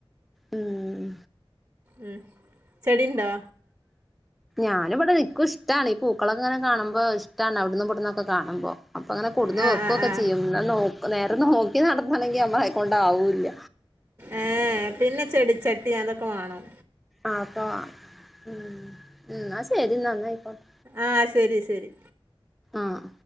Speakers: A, in the centre; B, on the right.
A: ഉം
B: ഉം ചെടി ണ്ടോ
A: ന്നാലും വടെ നിക്കുഷ്ട്ടാണ് പൂക്കളൊക്കെ ങ്ങെനെ കാണുമ്പോ ഇഷ്ടാണ് അവിടുന്ന് ഇവിടുന്ന് ഒക്കെ കാണുമ്പൊ അപ്പോൾ അങ്ങനെ കൊടുന്നു
B: ആ
A: വെക്കു
B: ആ
A: ക്കെ
B: ആ
A: ചെയ്യുംന്ന നോക് നേര് ദിർനോ നോക്കി നടതണങ്കി നമ്മളെയ്ക്കൊണ്ടാവുല്ല
B: ഏ ഏ പിന്നെ ചെടിച്ചട്ടി അതൊക്കെ വാണം
A: അപ്പോഅ ഉം എന്നാ ശരി ന്നങ് ഒ ഹ്
B: ആ ശരി ശരി
A: ആഹ്